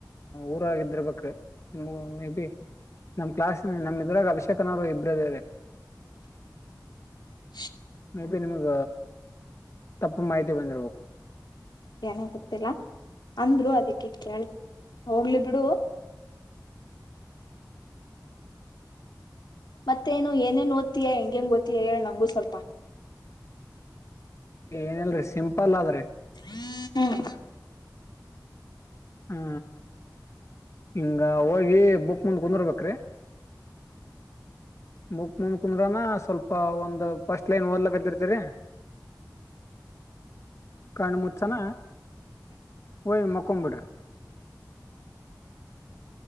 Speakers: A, on the left; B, on the left.
A: ಊರಾಗಿದ್ದಿರ್ಬೇಕ್ರಿ ಮೇ ಬಿ. ನಮ್ ಕ್ಲಾಸ್ ನಮ್ ಇದ್ರಾಗ ಅಭಿಷೇಕನ್ನೋರು ಇಬ್ರದೀವ್ರಿ.
B: <inaudible>
A: ಮೇ ಬಿ ನಿಮಗ ತಪ್ಪ್ ಮಾಹಿತಿ ಬಂದಿರ್ಬೇಕು.
B: ಏನೋ ಗೊತ್ತಿಲ್ಲ ಅಂದ್ರು ಅದಕ್ಕೆ ಕೇಳ್ದೆ. ಹೋಗ್ಲಿ ಬಿಡು. ಮತ್ತೇನು ಏನೇನ್ ಓದ್ತೀಯಾ ಹೆಂಗೇಂಗ್ ಓದ್ತೀಯಾ ಹೇಳ್ ನಮ್ಗೂ ಸ್ವಲ್ಪ.
A: ಏನಲ್ರಿ ಸಿಂಪಲ್ ಆದ್ರಿ.
B: ಹ್ಮ್.
A: ಹಾ ಹಿಂಗ ಹೋಗಿ ಬುಕ್ ಮುಂದ್ ಕುಂದರ್ಬೇಕ್ರೀ. ಬುಕ್ ಮುಂದ ಕುಂದ್ರಾನ ಸ್ವಲ್ಪ ಒಂದ್ ಫಸ್ಟ್ ಲೈನ್ ಓದ್ಲಕರ್ತಿರ್ತರಿ.
B: <inaudible>
A: ಕಣ ಮುಚ್ಚನ ಹೋಯಿ ಮಕ್ಕೊಂಬಿಡ್ರಿ.